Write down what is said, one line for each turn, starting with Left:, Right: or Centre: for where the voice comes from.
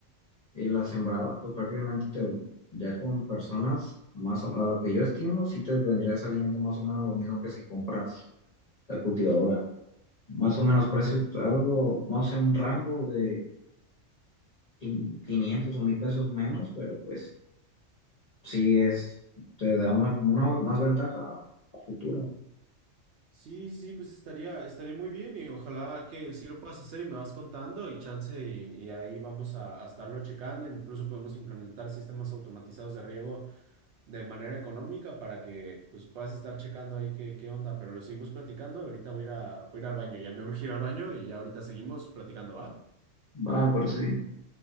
Left: eh, la sembrada, pues prácticamente te, ya con personas, más o- a lo que yo estimo, sí te vendría saliendo más o menos lo mismo que si compras la cultivadora. Más o menos precios, algo, no sé, un rango de quin- 500 o 1000 pesos menos, pero pues sí es, te da una como una más ventaja a futuro.
Right: Sí, sí, pues estaría, estaría muy bien y ojalá que sí lo puedas hacer y me vas contando y chance y, y ahí vamos a, a estarlo checando. Incluso podemos implementar sistemas automatizados de riego de manera económica para que pues puedas estar checando ahí qué, qué onda, pero lo seguimos platicando. Ahorita voy a ir a- voy a ir al baño, ya me urgí ir al baño y ya ahorita seguimos platicando, ¿va?
Left: Va, me parece bien.